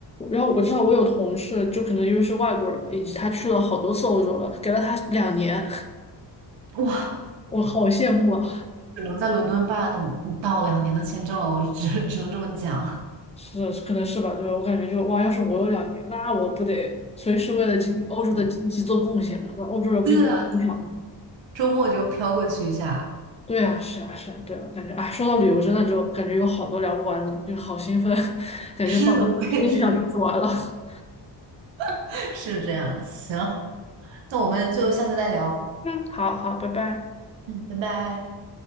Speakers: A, on the left (about 15°); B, on the right (about 80°).
A: 然后我知道我有同事，就可能因为是外国人嘛，以及他去了好多次欧洲了，给了他两年，
B: 哇，
A: <laughs> 我好羡慕啊！
B: 只能在伦敦办到两年的签证了，我只只能这么讲。
A: 是，可能是吧，对，我感觉就哇，要是我有两年，那我不得随时为了经欧洲的经济做贡献嘛？
B: <laughs>
A: 那欧洲人不应该很响吗？
B: 对，啊。周末就飘过去一下。
A: 对啊，是啊，是啊，对啊，感觉哎，说到旅游，真的就感觉有好多聊不完的，就好兴奋，<laughs>
B: <laughs>
A: 感觉仿佛明天就想出去玩了。
B: 是的，我也是。
A: <laughs>
B: <laughs> 是这样，行，那我们就下次再聊。
A: 嗯，好好，拜拜。
B: 嗯，拜拜。